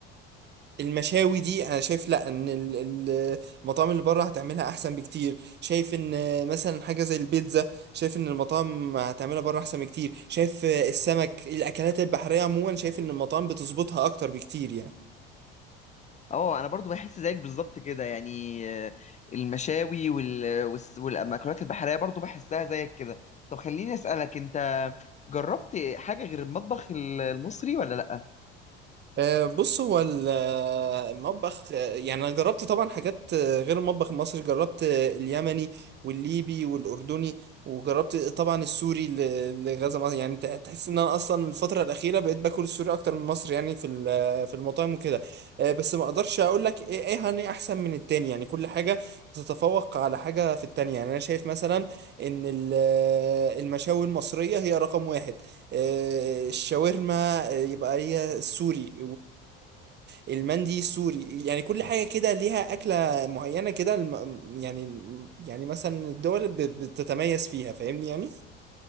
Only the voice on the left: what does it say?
اه انا برضو بحس زيك بالظبط كده يعني آه، المشاوي وال... والس- والمأكولات البحريه برضو بحسها زيك كده طب خليني اسالك انت جربت حاجه غير المطبخ ال- المصري ولا لا